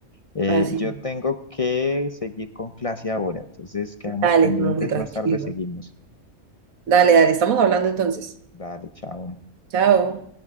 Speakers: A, on the left; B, on the right.
A: Eh,
B: Así,
A: yo tengo que seguir con clase ahora, entonces quedamos
B: dale,
A: pendientes,
B: profe, tranquilo.
A: más tarde seguimos.
B: Dale, dale, estamos hablando entonces.
A: Dale, chao.
B: Chao.